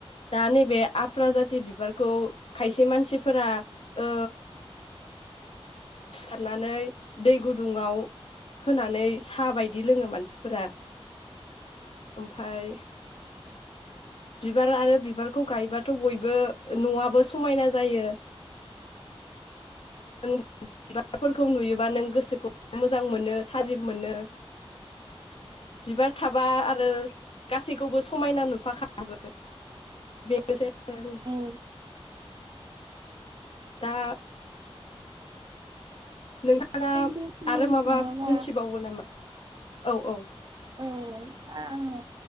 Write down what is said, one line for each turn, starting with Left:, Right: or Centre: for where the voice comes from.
Left: दा नैबे आफ्राजाथि बिबारखौ। खायसे मानसिफोरा ओ सिखारनानै दै गुदुङाव होनानै सा बाय दि लोङो मानसिफोरा। ओमफाय। बिबार आरो बिबारखौ गायबाथ बयबो नआबो समायना जायो । <unintelligible> बिबारफोरखौ नुयोबा नों गोसोखौ मोजां मोनो थाजिम मोनो बिबार थाबा आरो गासैखौबो समायना नुफाखाजोबो बेनोसै
Right: औ
Left: आरो दा नोंथाङा
Right: जों बुंनो
Left: आरो माबा
Right: थाङोबा
Left: मोनथिबावो नामा? औ औ
Right: ओ थारैनो